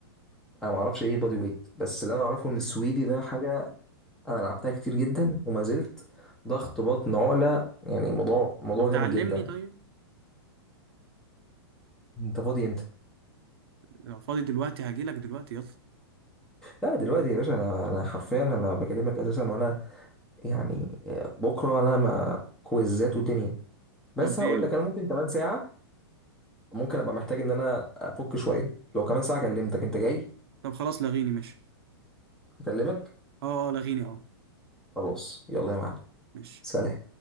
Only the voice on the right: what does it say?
مم.
طب
تعلمني
طيب
لو فاضي دلوقتي هجيلك دلوقتي يلا
طب
ايه
طب خلاص لغيني ماشي
اه اه لغيني اه
ماشي